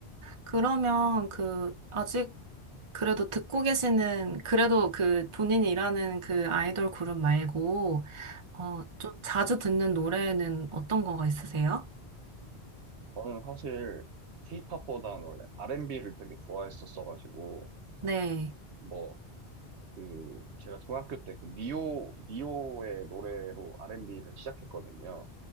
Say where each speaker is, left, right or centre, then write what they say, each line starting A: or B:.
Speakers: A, on the right (about 30°); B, on the right (about 85°).
A: 그러면 그, 아직 그래도 듣고 계시는, 그래도 그 본인이 일하는 그 아이돌 그룹 말고, 어, 좀 자주 듣는 노래는 어떤 거가 있으세요?
B: 저는 사실 K-팝보다는 원래 R&B를 되게 좋아했었어가지고
A: 네.
B: 뭐 그 제가 중학교 때 그 니오 니오의 노래로 R&B를 시작했거든요.